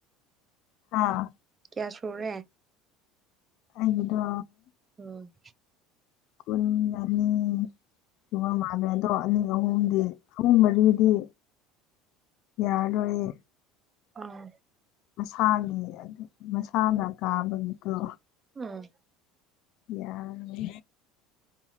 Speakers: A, on the left; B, on the right.
A: ꯍꯥꯥ
B: ꯀꯌꯥ ꯁꯨꯔꯦ
A: ꯑꯩꯒꯤꯗꯣ
B: ꯎꯝ
A: ꯀꯨꯟ ꯑꯅꯤ ꯁꯨꯕ ꯃꯥꯟꯂꯦ ꯑꯗꯣ ꯑꯅꯤ ꯑꯍꯨꯝꯗꯤ ꯑꯍꯨꯝ ꯃꯔꯤꯗꯤ ꯌꯥꯔꯔꯣꯏꯌꯦ
B: ꯑꯥ
A: ꯃꯁꯥꯒꯤ ꯑꯗꯨ ꯃꯁꯥꯅ ꯀꯥꯕꯒꯤꯗꯣ
B: ꯎꯝ
A: ꯌꯥꯝꯃꯦ